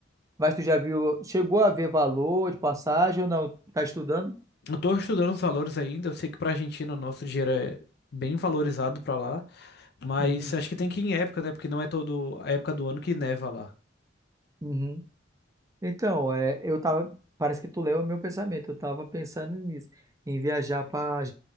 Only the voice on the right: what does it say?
Mas tu já viu, chegou a ver valor de passagem ou não? Tá estudando?
Uhum,
uhum. Então, é, eu tava, parece que tu leu o meu pensamento. Eu tava pensando nisso, em viajar para